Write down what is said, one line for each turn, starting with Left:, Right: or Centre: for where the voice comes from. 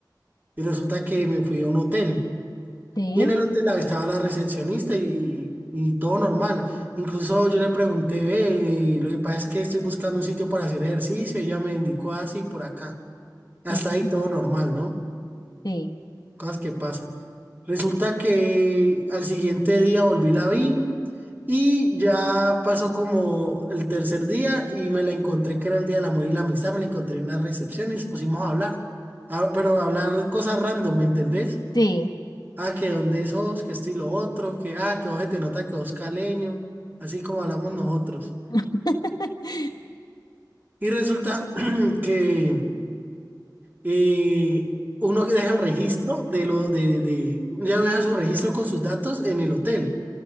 Right: Y resulta que me fui a un hotel.
Left: Sí,
Right: Y en el hotel estaba la recepcionista y, y- y todo normal. Incluso yo le pregunté, "Ve, eh, lo que pasa es que estoy buscando un sitio para hacer ejercicio. Ella me indicó así por acá. Hasta
Left: sí,
Right: ahí todo normal, ¿no?
Left: sí,
Right: Cosas que pasan. Resulta que al siguiente día volví la vi y ya pasó como el tercer día y me la encontré que era el día del amor y la amistad, me la encontré en una recepción y nos pusimos a hablar, Ah, pero a hablar cosas random, ¿me entendés?
Left: sí.
Right: Ah, que dónde sos, que esto y lo otro, que ah, que vos se te nota que vos caleño, así como hablamos nosotros.
Left: <laughs>
Right: Y resulta <clears throat> que eh, uno que deja el registro de lo de, de ella deja su registro con sus datos en el hotel,